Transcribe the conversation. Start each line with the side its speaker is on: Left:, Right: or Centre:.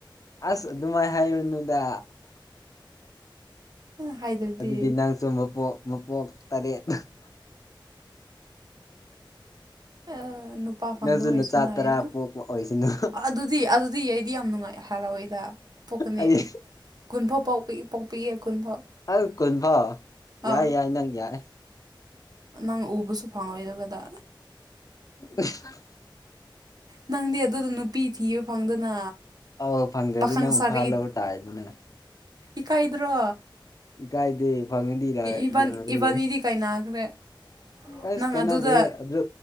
Left: ꯑꯁ ꯑꯗꯨꯃꯥꯏ ꯍꯥꯏꯌꯨꯅꯨꯗ
Right: ꯍꯥꯏꯗ꯭ꯔꯗꯤ
Left: ꯑꯗꯨꯗꯤ ꯅꯪꯁꯨ ꯃꯄꯣꯛ ꯃꯄꯣꯛ ꯇꯔꯦꯠ
Right: ꯑꯥ ꯅꯨꯄꯥ ꯐꯪꯗꯕ
Left: ꯅꯪꯁꯨ
Right: ꯑꯣꯏꯁꯅꯨ
Left: ꯅꯆꯥ
Right: ꯍꯥꯏꯌꯣ
Left: ꯇꯔꯥ ꯄꯣꯛꯄ ꯑꯣꯏꯁꯅꯨ
Right: ꯑꯗꯨ ꯗꯤ ꯑꯗꯨꯗꯤ ꯑꯩꯗꯤ ꯌꯥꯝ ꯅꯨꯡꯉꯥꯏ ꯍꯥꯏꯔꯥꯎꯋꯦꯗ ꯄꯣꯛꯀꯥꯅꯤ
Left: ꯑꯩ
Right: ꯀꯨꯟꯐꯥꯎ ꯄꯣꯛꯄꯤ ꯄꯣꯛꯄꯤꯌꯦ ꯀꯨꯟꯐꯥꯎ
Left: ꯑꯥ ꯀꯨꯟ ꯐꯥꯎ ꯌꯥꯏ
Right: ꯑꯥꯎ
Left: ꯌꯥꯏ ꯅꯪ ꯌꯥꯔꯦ
Right: ꯅꯪ ꯎꯕꯁꯨ ꯐꯪꯂꯣꯏꯗꯕꯗ
Left: <unintelligible>
Right: ꯅꯪꯗꯤ ꯑꯗꯨꯗꯨ ꯅꯨꯄꯤ ꯊꯤꯕ ꯐꯪꯗꯅ
Left: ꯑꯥꯎ ꯐꯪꯗ꯭ꯔꯥꯗꯤ
Right: ꯄꯥꯈꯪ
Left: ꯅꯪ ꯑꯃꯨꯛ
Right: ꯁꯥꯔꯤ
Left: ꯐꯥ ꯂꯧ ꯇꯥꯔꯦꯗꯅ
Right: ꯏꯀꯥꯏꯗ꯭ꯔꯣ
Left: ꯏꯀꯥꯏꯗꯦ ꯐꯪꯉꯗꯤ ꯂꯥ
Right: ꯏꯕꯥꯟ
Left: ꯌꯥꯔꯦ
Right: ꯏꯕꯥꯅꯤꯗꯤ ꯀꯥꯏꯅꯈ꯭ꯔꯦ
Left: ꯑꯁ
Right: ꯅꯪ
Left: ꯀꯩꯅꯗꯦꯍꯦ
Right: ꯑꯗꯨꯗ
Left: ꯑꯗꯨ